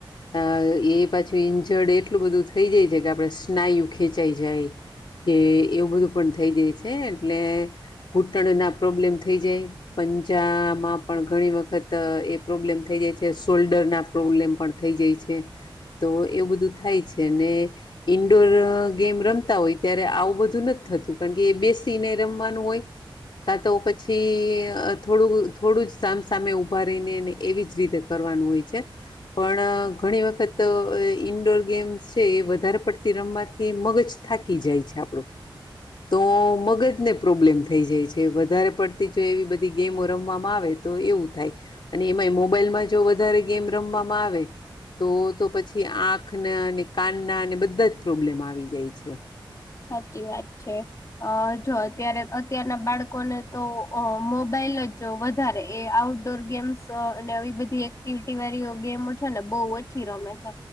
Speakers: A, on the left; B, on the left.
A: આ એ પાછુ ઈન્જર્ડ એટલું બધું થઈ જાય છે, કે આપણે સ્નાયુ ખેંચાઈ જાય કે એવું બધું પણ થઈ જાય છે, એટલે ઘૂંટણ ના પ્રોબ્લેમ થઈ, જાય. પંજામાં પણ ઘણી, વખત એ પ્રોબ્લેમ થઈ જાય છે, શોલ્ડર ના પ્રોબ્લેમ પણ થઈ જાય છે. તો એવું બધું થાય છેને, ઈન્ડોર ગેમ રમતા હોય ત્યારે આવું બધું નથી. થતું કારણ કે એ બેસીને રમવાનું, હોય કા, તો પછી થોડું થોડું જ સામસામે ઉભા રહીને નહી. એવી જ રીતે કરવાનું હોય છે, પણ ઘણી વખત ઇન્ડોર ગેમ્સ છે. વધારે પડતી રમવાથી મગજ થાકી જાય છે, આપણું. તો મગજને પ્રોબ્લેમ થઈ જાય છે, વધારે પડતી જો એવી બધી ગેમો રમવામાં આવે તો એવું થાય અને એમાંય મોબાઈલમાં જો વધારે ગેમ રમવામાં આવે. તો તો પછી આંખને અને કાનના અને બધા જ પ્રોબ્લેમ આવી જાય છે.
B: સાચી વાત છે, અ જો અત્યારે અત્યારના બાળકોને તો મોબાઈલ પે જો વધારે એ આઉટડોર ગેમ્સ અને આવી બધી એક્ટિવિટી વાળી ગેમો છેો, ને બહુ બ ઓછી રમે છે,